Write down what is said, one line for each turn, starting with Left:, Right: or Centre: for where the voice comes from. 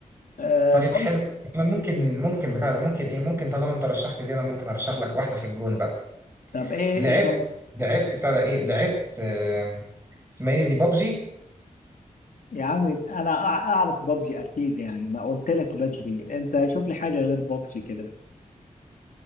Left: آه
Right: طيب
Left: برضه-
Right: حلو انا ممكن ممكن بتاع ده ممكن ايه ممكن طالما انت رشحت دي انا ممكن ارشح لك واحده في الجون بقى
Left: طب ايه
Right: لعبت
Left: انت
Right: لعبت بتاع ده ايه لعبت آه، اسمها ايه دي بابجي
Left: يا عمي انا أع- اعرف بابجي اكيد يعني ما قلت لك بدري انت شوف لي حاجه غير بابجي كده